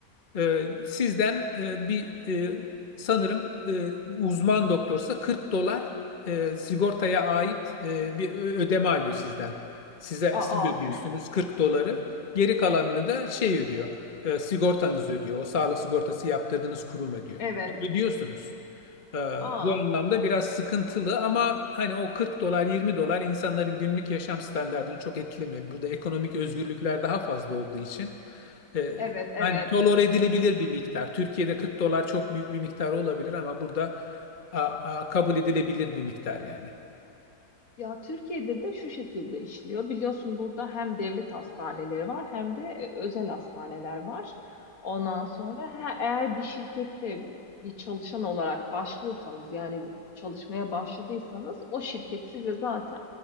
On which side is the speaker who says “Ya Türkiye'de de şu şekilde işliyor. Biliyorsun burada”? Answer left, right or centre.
Left